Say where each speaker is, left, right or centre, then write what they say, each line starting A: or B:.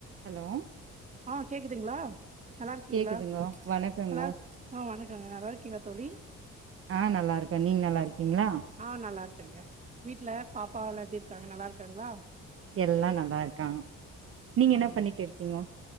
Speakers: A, on the right (about 45°); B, on the right (about 25°).
A: ஹலோ
B: ஆ கேக்குதுங்களா நல்லா இருக்கீங்களா
A: கேக்குதுங்கோ வணக்கங்கோ
B: நல்லா ஆ வணக்கங்க நல்லா இருக்கீங்களா தோழி
A: ஆ நல்லா இருக்க நீங்க நல்லா இருக்கீங்களா
B: ஆ நல்லா இருக்கங்க வீட்ல பாப்பா எல்லா எப்டி இருக்காங்க நல்லா இருக்காங்களா
A: எல்லா நல்லா இருக்காங்க நீங்க
B: ஆம்
A: என்ன பண்ணிட்டு இருக்கீங்கோ